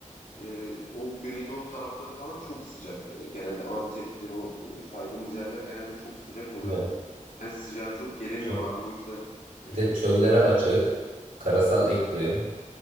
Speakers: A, on the left; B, on the right.
A: e, o Güneydoğu tarafları falan çok sıcak. E, genelde Antep'tir o e, saydığımız yerler genelde çok sıcak oluyor.
B: Evet.
A: Ben sıcağa çok gelemiyorum
B: Çö-
A: abi o yüzden e,
B: Bir de çöllere
A: muhtemelen
B: açık, karasal iklim.